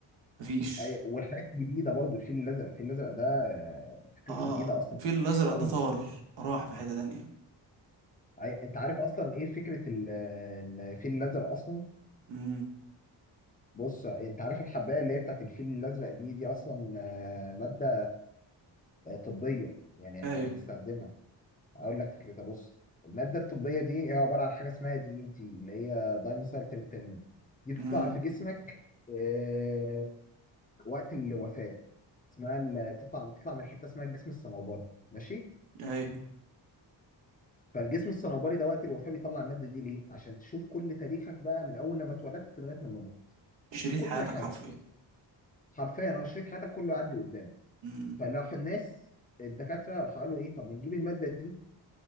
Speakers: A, on the right; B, on the left.
A: مفيش
B: أي والحاجات الجديده برضو الفيل الازرق الفيل الازرق ده آه، فكرته
A: اه
B: جديده اصلا
A: الفيل
B: فكرته
A: الازرق
B: حلوه
A: ده
B: قوي
A: طار راح في حتة تانية
B: عي- انت عارف اصلا ايه فكره ال- الفيل الازرق اصلا
A: امم
B: بص انت عارف الحبايه اللي هي بتاعت الفيل الازرق دي دي اصلا آه، ماده آه، طبيه يعني احنا
A: ايوه
B: بنستخدمها اقول لك فكرتها بص الماده الطبيه دي هي عباره عن حاجه اسمها دي ان تي اللي هي دايميثايل تريبتامين دي بتطلع
A: امم
B: في جسمك آه، وقت الوفاه اسمها ال- بتطلع بتطلع من حته اسمها الجسم الصنوبري ماشي
A: ايوه
B: فالجسم الصنوبري ده وقت الوفاة بيطلع المادة دي ليه؟ عشان تشوف كل تاريخك بقى من أول لما اتولدت لغاية لما موت
A: شريط
B: تشوف كل
A: حياتك
B: حاجة
A: حرفيا
B: حرفيا أنا شريط حياتك كله يعدي قدامك
A: امم
B: فراح الناس الدكاترة راح قالوا إيه طب ما نجيب المادة دي